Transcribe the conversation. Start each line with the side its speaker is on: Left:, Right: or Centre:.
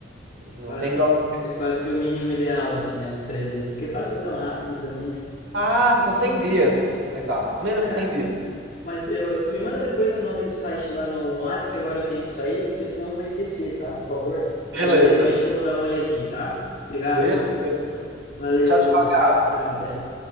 Right: não
Left: Quase,
Right: tem pra onde.
Left: é quase que o mínimo ideal, assim, né? Uns três meses. Porque passa tão rápido também, né?
Right: Ah, são 100 dias, se você pensar. Menos
Left: Cara,
Right: de 100 dias.
Left: mas eu, eu- tu me manda depois o nome do site lá no, no Whats, que agora eu tenho que sair, porque senão eu vou esquecer, tá? Por favor.
Right: Beleza.
Left: Aí de noite eu vou dar uma olhadinha, tá? Obrigado,
Right: Beleza.
Left: viu? Valeu,
Right: Tchau,
Left: valeu.
Right: tchau, Gabi.
Left: Tchau, até.